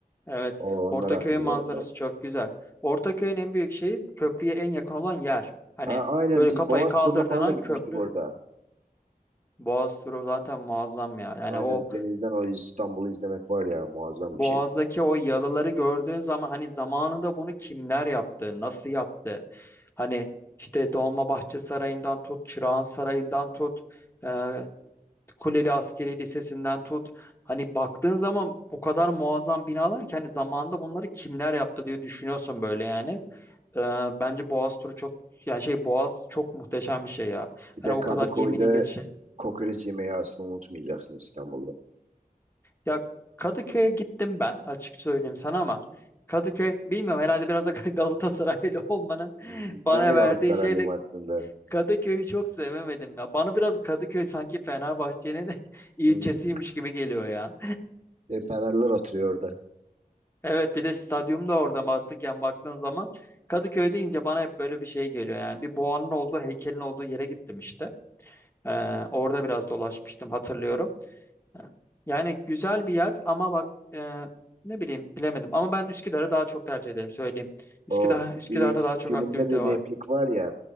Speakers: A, on the left; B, on the right.
A: Evet.
B: O, onları
A: Ortaköy'ün
B: hatırlıyorum
A: manzarası
B: ben.
A: çok güzel. Ortaköy'ün en büyük şeyi köprüye en yakın olan yer. Hani
B: Ha aynen
A: böyle
B: biz
A: kafayı
B: Boğaz
A: kaldırdığın
B: turuna falan
A: an
B: da gitmiştik
A: köprü.
B: orada.
A: Boğaz turu zaten muazzam ya. Yani
B: Aynen
A: o
B: denizden o İstanbul'u izlemek var ya muazzam
A: Boğaz'daki
B: bir şey.
A: o yalıları gördüğün zaman hani zamanında bunu kimler yaptı, nasıl yaptı? Hani işte Dolmabahçe Sarayı'ndan tut, Çırağan Sarayı'ndan tut. e, Kuleli Askeri Lisesi'nden tut. Hani baktığın zaman o kadar muazzam binalar ki hani zamanında bunları kimler yaptı diye düşünüyorsun böyle yani. Ee, bence Boğaz turu çok yani şey Boğaz çok muhteşem bir şey ya.
B: Bir
A: Hani
B: de
A: o
B: Kadıköy'de
A: kadar geminin geçişi.
B: kokoreç yemeği aslında unutmayacaksın İstanbul'da.
A: Ya Kadıköy'e gittim ben açık söyleyeyim sana ama Kadıköy bilmiyorum herhalde biraz da <laughs> Galatasaraylı olmanın
B: Hmm,
A: bana
B: Ben de Galatasaraylıyım
A: verdiği şeyle
B: aslında.
A: Kadıköy'ü çok sevemedim ya. Bana biraz Kadıköy sanki Fenerbahçe'nin <laughs> ilçesiymiş
B: Hmm.
A: gibi geliyor ya.
B: Hep Fenerler oturuyor orada.
A: Evet bir de stadyum da orada mantıken baktığın zaman Kadıköy deyince bana hep böyle bir şey geliyor yani bir boğanın olduğu heykelin olduğu yere gittim işte Ee, orada biraz dolaşmıştım hatırlıyorum Ee, yani güzel bir yer ama bak e, ne bileyim bilemedim ama ben Üsküdar'ı daha çok tercih ederim söyleyeyim Üsküdar
B: O
A: Üsküdar'da
B: bir
A: daha çok
B: filmde
A: aktivite
B: bir
A: var
B: replik var ya